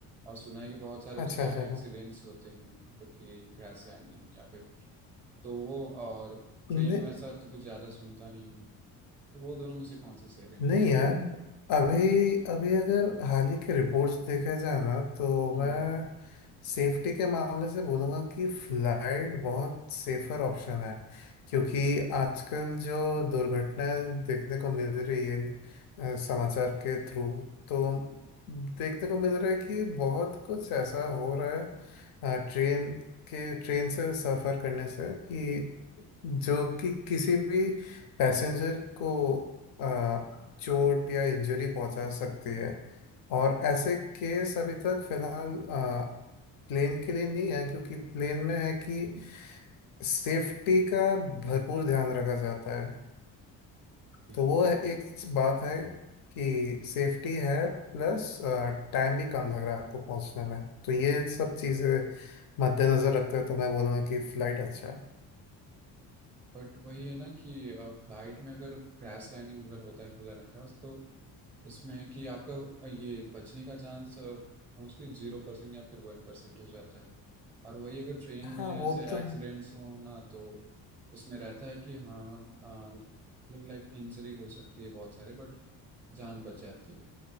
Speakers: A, on the right (about 15°); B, on the left (about 60°).
A: और सुना है कि बहुत सारे उसके
B: अच्छा अच्छा
A: एक्सीडेंट्स होते हैं मतलब कि क्रैश लैंडिंग या फिर तो वो और ट्रेन
B: अच्छा
A: वैसा तो कुछ ज़्यादा सुनता नहीं है तो वो दोनों में से कौन सा सही रहेंगे
B: नहीं यार अभी अभी अगर हाल ही के रिपोर्ट्स देखे जाए ना तो
A: हम्म
B: मैं सेफ्टी के मामले से बोलूँगा कि फ्लाइट बहुत सेफर ऑप्शन है क्योंकि आजकल जो दुर्घटनाएं देखने को मिल रही है अ, समाचार के थ्रू तो देखने को मिल रहा है कि बहुत कुछ ऐसा हो रहा है ट्रेन के ट्रेन से सफ़र करने से कि जो कि किसी भी पैसेंजर को आ, चोट या इंजरी पहुंचा सकती है और ऐसे केस अभी तक फिलहाल आ, प्लेन के लिए नहीं है क्योंकि प्लेन में है कि सेफ्टी का भरपूर ध्यान रखा जाता है
A: ये
B: तो वो
A: है यार
B: एक बात है कि सेफ्टी है प्लस टाइम भी कम लग रहा है आपको पहुंचने में तो ये सब चीज़ें मद्देनजर रखते हुए तो मैं बोलूँगा कि फ्लाइट अच्छा है
A: बट वही है ना कि फ्लाइट में अगर क्रैश लैंडिंग अगर होता है खुदा न खास्त तो उसमें है कि आपका अ, ये बचने का चांस मोस्टली जीरो परसेंट या फिर वन परसेंट हो जाता है और वही अगर ट्रेन
B: हाँ
A: में
B: वो
A: ऐसे
B: तो
A: एक्सीडेंट्स हो ना तो उसमें रहता है कि हाँ अ, मतलब लाइक इंजरी हो सकती है बहुत सारे बट जान बच जाती है